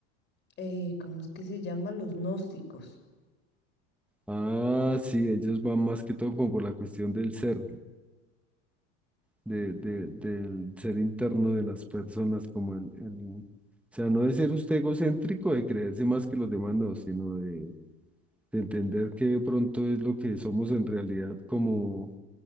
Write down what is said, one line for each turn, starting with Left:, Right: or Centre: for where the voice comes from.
Left: eh, ¿cómo es que se llama? Los gnósticos.
Centre: Ah, sí, ellos van más que todo como por la cuestión del ser, de, de- del ser interno de las personas, como el, el- o sea, no de ser usted egocéntrico, de creerse más que los demás, no, sino de, de entender que de pronto es lo que somos en realidad como,